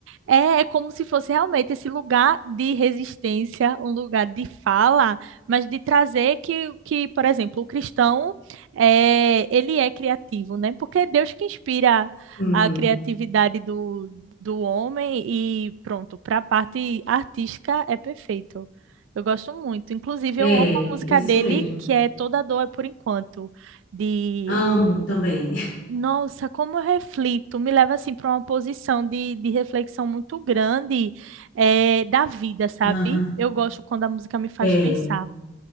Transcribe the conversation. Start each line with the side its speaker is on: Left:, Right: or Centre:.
Right: é, é como se fosse realmente esse lugar de resistência, um lugar de fala, mas de trazer que, que por exemplo, o cristão, é, ele é criativo, né? Porque é Deus que inspira
Left: Hum.
Right: a criatividade do, do homem e pronto, para a parte artística é perfeito. Eu gosto muito. Inclusive,
Left: É,
Right: eu amo a música
Left: isso
Right: dele,
Left: mesmo.
Right: que é Toda Dor é por Enquanto, de
Left: Amo também. <laughs>
Right: nossa, como eu reflito, me leva assim para uma posição de, de reflexão muito grande eh, da vida, sabe?
Left: Aham,
Right: Eu gosto quando a música me faz
Left: É,
Right: pensar.